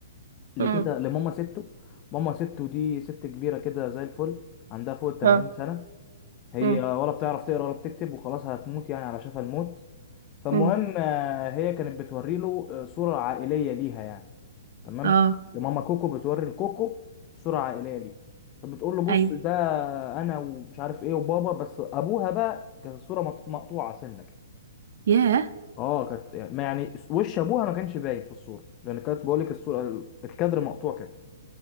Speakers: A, on the left; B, on the right.
A: لتيتا
B: مم.
A: لماما ستو ماما ستو دي ست كبيره كده زي الفل عندها فوق ال 80
B: اه
A: سنه هي
B: مم.
A: ولا بتعرف تقرا ولا بتكتب وخلاص هتموت يعني على شفا الموت فالمهم
B: مم.
A: آه، هي كانت بتوري له آه، صورة عائلية ليها يعني تمام
B: اه
A: لماما كوكو بتوري لكوكو صورة عائلية ليها فبتقول له بص
B: ايوه
A: ده انا ومش عارف ايه وبابا بس ابوها بقى كانت الصورة مط- مقطوعة سنة كده
B: ياه
A: اه كانت يعني ما يعني وش ابوها ما كانش باين في الصورة لان كانت بقول لك الصورة ال- الكادر مقطوع كده